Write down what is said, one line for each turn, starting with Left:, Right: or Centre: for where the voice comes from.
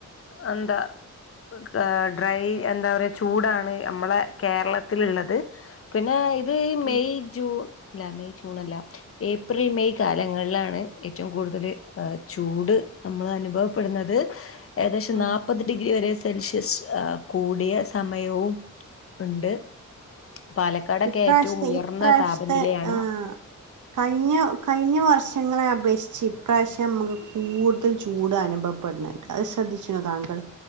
Left: അന്ത ഏഹ ഡ്രൈ എന്താ പറയാ ചൂടാണ് നമ്മളെ കേരളത്തിള്ളത് പിന്നെ ഇത്
Right: ഉം
Left: മെയ് ജൂൺ ല്ല മെയ് ജൂൺ അല്ല ഏപ്രിൽ മെയ് കാലങ്ങൾലാണ് ഏറ്റവും കൂടുതൽ ചൂട് നമ്മള് അനുഭവപ്പെടുന്നത് ഏകദേശം
Right: ഉം
Left: നാ മുപ്പത് ഡിഗ്രി വരെ സെൽഷ്യസ് കൂടിയ സമയവും ഇണ്ട് പാലക്കാടൊക്കെ
Right: ഇപ്രാവശ്യത്തെ
Left: ഏറ്റവും ഉയർന്ന
Right: ഇപ്രാവശ്യത്തെ
Left: താപനിലയാണ്
Right: ആഹ് കഴിഞ്ഞ കഴിഞ്ഞ വർഷങ്ങളെ അപേക്ഷിച്ച് ഇപ്രാവശ്യം നമക്ക് കൂടുതൽ ചൂട് അനുഭവ പണേ അത് ശ്രദ്ധിച്ച്ണേ താങ്കൾ